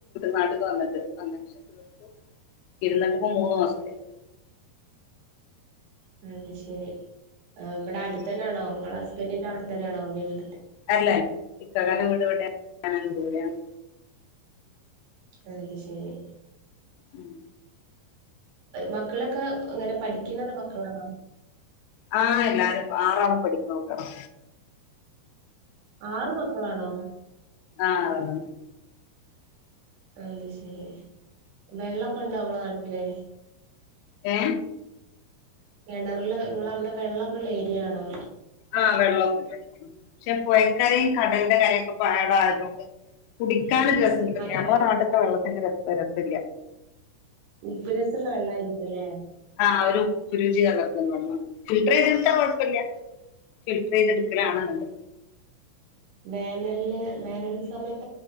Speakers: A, on the left; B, on the right.
A: നാട്ടേക്ക് വന്നിട്ട് വ പക്ഷീർത്ത ഇരുന്നിട്ടിപ്പ മൂന്ന്ു മാസായി
B: അതത് ശെരി ഇമ്മടെ അടുത്ത
A: ഉം
B: തന്നൊണോ നിങ്ങളടെ ഹസ്ബൻറിിന്റെ അവിടെ തന്നൊണോ വീടു
A: അല്ല ഇക്കങ്ങ വീട് ഇവിടെ ദൂറെയാണ്
B: അ അത് ശരി
A: ഉം
B: മക്കളൊക്കെ അങ്ങനെ പഠിക്കുന്നത് മക്കളാണോ
A: ആഹ എല്ലാരും ആറാണം പഠിക്ക നോക്കണംോ
B: ആറ് മക്കളാണോ
A: ആഹ് ആരണ്ണം
B: അത് ശെരി വെള്ളപ്പ ഇണ്ട അവളെ നാട്ടിലെ
A: ഏ
B: കിണറില് നിങ്ങ അവിടെ വെള്ളൊക്കെള്ള ഏരിയ ആണോോ
A: ആഹ് വെള്ളമൊക്കെല്ല പക്ഷെ പുഴക്കരയും കടലിന്റെ കരൊക്കെ പടം ആയതുകൊണ്ട് കുടിക്കാന രസമ
B: നല്ല
A: നമ്മുടെ
B: വെള്ളം
A: നാട്ടിലത്തെ വെള്ളത്തിന്റെ രസ രസല്ല
B: ഉപ്പ് രസള്ള വെള്ളായിരിക്കുംല്ലേ
A: ആഹ ഒരുരുചി കള ഫിൽർ ചെയ്തെടുത്താ കൊഴപ്പില്ല ഫിൽട്ടർ ചെയ്തെടുക്കലാണെന്നണ്ട്
B: വേനല് വേനൽ സമയത്ത്